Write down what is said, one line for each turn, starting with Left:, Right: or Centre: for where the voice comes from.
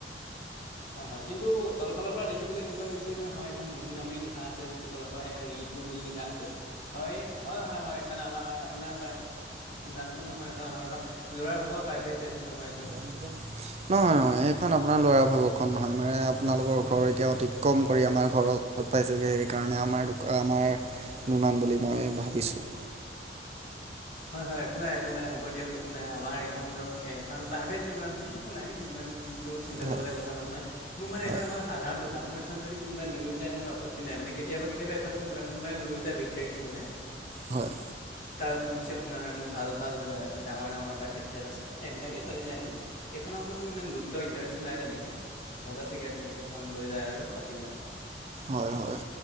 Left: হয় হয় কিন্তু তলফালৰ পৰা দেখিবলৈ এনেকুৱা লাগিছে যে হয়। খন মোৰ নামেই লিখা আছে নেকি তলৰ পৰা সেয়া ৰিতু বুলি লিখা আছে হয় হয় হয় হয়। এখন আমাৰ আপোনাৰ প্ৰায় বিভাগখন নহয় এখন আমাৰ ল'ৰা ভাগৰ প্ৰাইভেট জেটখন হয় এইখন।
Right: <unintelligible> নহয় নহয় সেইখন আপোনাৰ ল'ৰা ভাগৰখন নহয় মানে আপোনালোকৰ ঘৰ এতিয়া অতি কম কৰি আমাৰ ঘৰ। ত পাইছেগৈ সেইকাৰণে আমাৰ আমাৰ বিমান বুলি মই ভাবিছোঁ।
Left: হয় হয় একো নাই একো নাই হ'ব দিয়ক একো নাই আমাৰ এখন ধৰক এখন প্ৰাইভেট বিমানহে একো নাই ইমান। চিন্তা
Right: হয়
Left: কৰিবলগীয়া কথা নহয় মোৰ মানে
Right: হয়
Left: এখন এখন সাধাৰণ ক। হা মোৰ এইখন যদি কোনোবাই লৈও যায় মোৰ আপত্তি নাই মানে কেতিয়াবা কেতিয়াবা এখন কোনোবাই কোনোবাই লৈও যায় ভিক্ষাৰী কিছুমানে।
Right: হয়।
Left: তাৰ পঞ্চে আপোনাৰ মোৰ ভাল ভাল ডাঙৰ ডাঙৰ প্ৰাইভেট জেট আছে সেইবিলাকেই চলি যায় মো। এইখনৰ ওপৰত মোৰ ইমান গুৰুত্ব ইণ্টাৰেষ্টটো নাই তেনেকে। ভগা চিগা তেনেকৈ অকণ লৈ যায় আৰু বাকীবিলাকে।
Right: হয় হয়